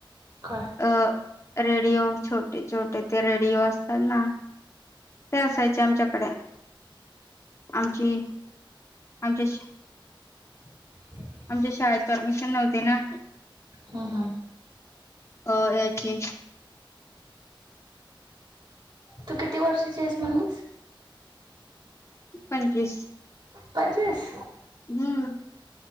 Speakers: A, on the right (about 55°); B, on the left (about 30°).
A: का?
B: अं रेडिओ, छोटे छोटे ते रेडिओ असतात ना? ते असायचे आमच्याकडे. आमची आमच्या
A: <inaudible>
B: आमच्या शाळेत परमिशन नव्हते ना.
A: हम्म हम्म.
B: अं याची.
A: तू किती वर्षाची आहेस म्हणली?
B: पंचवीस.
A: पंचवीस
B: हम्म.